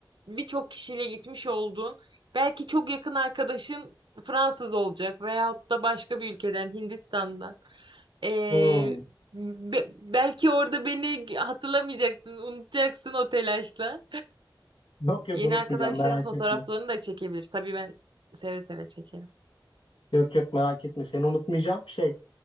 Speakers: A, on the right; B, on the left.
A: birçok kişiyle gitmiş olduğun, belki çok yakın arkadaşın Fransız olacak veyahut da başka bir ülkeden, Hindistan'dan. Ee,
B: Hmm.
A: be- belki orada beni hatırlamayacaksın, unutacaksın o telaşla.
B: Yok yok
A: Yeni
B: unutmayacağım
A: arkadaşların
B: merak
A: fotoğraflarını
B: etme.
A: da çekebilir. Tabii ben seve seve çekerim.
B: Yok yok merak etme seni unutmayacağım. Şey